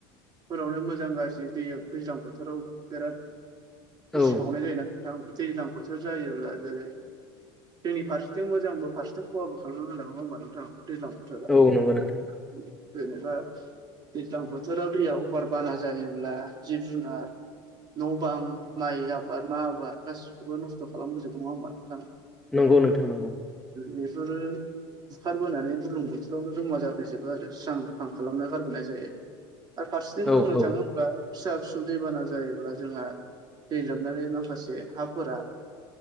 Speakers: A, on the right; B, in the centre.
A: फोरावनो मोजां गाज्रि दै दैज्लां बोथोराव बिराद
B: औ
A: उसिफावनाय जायोना नोंथां दैज्लां जायोब्ला जेरै जोंनि फारसेथिं मोजांबो फारसेथिं खहाबो खालामाना गालाङो नङा होमबा नोंथां दैज्लां बोथोरा
B: औ नंगौ नोंथां
A: बेनिफ्राय दैज्लां बोथोराव दैया अभार बाना जायोब्ला जिब जुनार न' बां माइ आबाद मा आबाद गासिखौबो नस्थ' खालामबोजोबो नङा होमबा नोंथां
B: नंगौ नोंथां नंगौ
A: बेफोरो बुंखारबोनानै बुर्लुंबुथुरावनो जमा जाफैजोबो आरो स्रां फां खालामना गारबोनाय जायो आर फारसेथिं
B: औ
A: बुंनो
B: औ
A: थाङोब्ला फिसा फिसौ दैबाना जायोब्ला जोंहा दै लोमनानै माखासे हाफोरा